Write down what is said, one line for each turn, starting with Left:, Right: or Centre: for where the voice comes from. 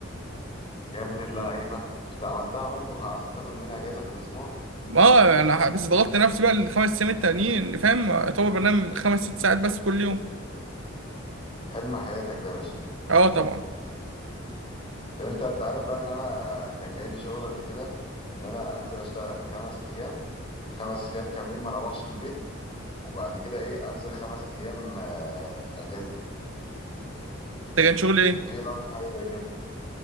Left: يا ابن اللعيبة انت عملتها برضه عرفت تاخد يومين اجازة في الاسبوع؟
Right: اه انا بس ضغطت نفسي بقى الخمس ايام التانيين فاهم اعتبر بنام خمس ست ساعات بس كل يوم
Left: حلم حياتك ده يا باشا
Right: اه طبعا
Left: طب انت انت عارف بقى ان انا كان جاي لي شغل قبل كده ان انا انزل اشتغل خمس ايام خمس ايام كاملين ما اروحش البيت وبعد كده ايه انزل خمس ايام آه، اجازه
Right: ده كان شغل ايه
Left: ايه رايك في حاجه زي كده